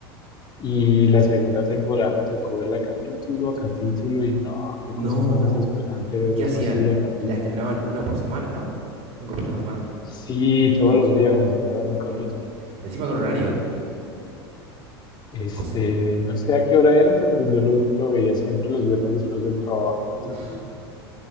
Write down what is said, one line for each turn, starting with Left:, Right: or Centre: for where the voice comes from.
Left: Y la segunda temporada me tocó verla capítulo a capítulo y no, qué
Right: No.
Left: cosa más desesperante ver
Right: ¿Y qué
Left: eso
Right: hacían?
Left: así de a capítulo.
Right: La estrenaban una por semana, ¿no? Un capítulo por semana.
Left: Sí, todos
Right: No,
Left: los viernes sacaban un capítulo.
Right: Dios. Encima con horario.
Left: Este,
Right: Os-
Left: no sé a qué hora era, pero pues yo los- lo veía siempre los viernes después del trabajo.
Right: Uf,
Left: Entonces, no.